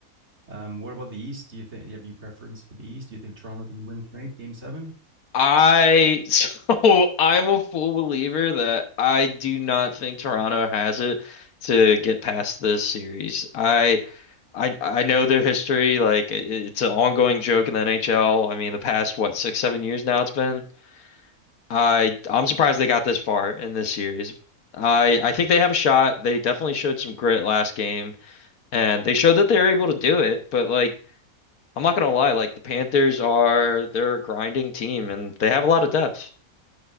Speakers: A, on the right; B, on the left.
A: um, what about the East? Do you think do you have any preference for the East? Do you think Toronto can win tonight, Game Seven?
B: I <laughs> so I'm a full believer that I do not think Toronto has it to get past this series. I I I know their history. Like it, it's an ongoing joke in the NHL. I mean, the past what six seven years now it's been. I I'm surprised they got this far in this series. I I think they have a shot. They definitely showed some grit last game, and they showed that they were able to do it. But like I'm not gonna lie, like the Panthers are they're a grinding team and they have a lot of depth.